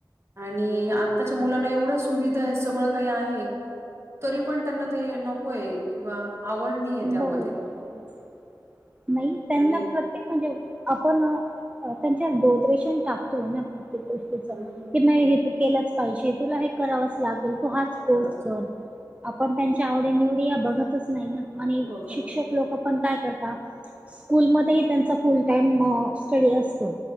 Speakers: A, on the right (about 35°); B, on the right (about 15°).
A: आणि आत्ताच्या मुलांना एवढ्या सुविधा आहे सगळं काही आहे तरी पण त्यांना ते नकोय किंवा आवड नाहीये
B: बरोबर
A: त्यामध्ये
B: तेच नाही त्यांना
A: आणि
B: प्रत्येक म्हणजे आपण त्यांच्यावर बोद्रेशन टाकतोय ना? प्रत्येक गोष्टी
A: हं.
B: की नाही हे तू केलाच पाहिजे तुला हे करावंच लागेल तू हाच कोर्स
A: करावंच
B: कर आपण त्यांच्या आवडी निवडी या बघतच नाही ना आणि
A: बघत
B: शिक्षक
A: नाही
B: लोक पण काय करता स्कूलमध्येही त्यांचा फुल टाइम स्टडी असतो.